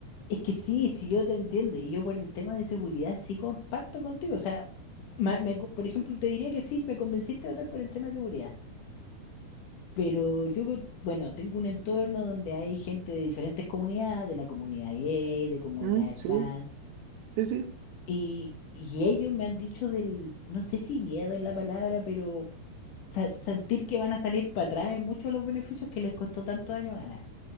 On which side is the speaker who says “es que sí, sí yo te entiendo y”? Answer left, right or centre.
Left